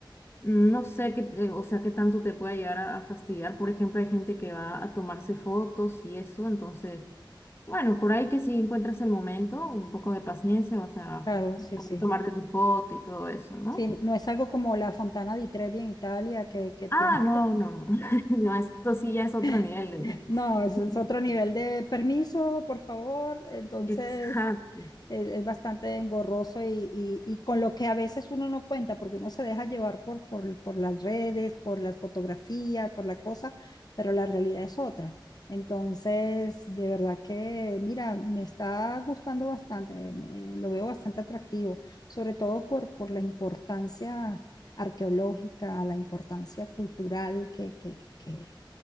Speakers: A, on the left (about 30°); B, on the left (about 50°).
A: No sé qué, eh, o sea, qué tanto te pueda llegar a, a fastidiar. Por ejemplo, hay gente que va a tomarse fotos y eso, entonces, bueno, por ahí que si encuentras el momento, un poco de paciencia, o sea,
B: claro, sí,
A: puedes
B: sí.
A: tomarte tu foto y todo eso, ¿no?
B: Sí, no es algo como la Fontana di Trevi en Italia que, que tiene.
A: Ah, no, no, no, <laughs> no, eso sí ya es otro
B: <laughs>
A: nivel.
B: No, eso es otro nivel
A: de-
B: de permiso, por favor. Entonces,
A: Exacto.
B: es, es bastante engorroso y, y- y con lo que a veces uno no cuenta, porque uno se deja llevar por, por, por las redes, por las fotografías, por la cosa, pero la realidad es otra. Entonces, de verdad que, mira, me está gustando bastante, me- lo veo bastante atractivo, sobre todo por, por la importancia arqueológica, la importancia cultural que, que, que,